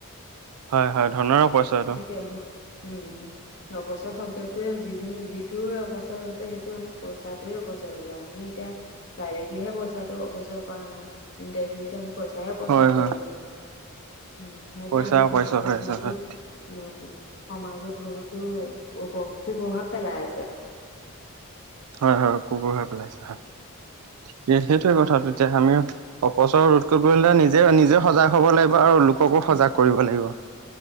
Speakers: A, on the right; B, on the left.
A: হয় হয় ধনৰো পইচা এইটো।
B: সকে আবো উম <inaudible> সেই অপচয় শব্দটোৱে যিখিনি যিটোৱে অপচয় হৈছে সেইটো আমাৰ পইচটোৱে অপচয় হৈছে, আমি এতিয়া ডাইৰেক্টলিহে পইচাটো অৱচয় কৰা নাই ইনডাইৰেক্টলিটো আমি পইচাইে পচয়
A: হয়
B: কৰি
A: হয়
B: আছো উ সেইটো
A: পইচা
B: আমাৰ সমাজত
A: পইচা হৈ
B: বহুতো
A: আছে হয়
B: উ সমাজত বহুতো খোঁ প্ৰভাৱ পেলাই আছে।
A: হয় হয় কবৰ হৈ পেলাইছ হয় কি, সেইটোৱে
B: উম
A: কথা তেতিয়া আমিও অপচ ৰোধ কৰিবলে নিজে নিজে সজাগ হ'ব লাগিব, আৰু লোককো সজাগ
B: অ
A: কৰিব লাগিব।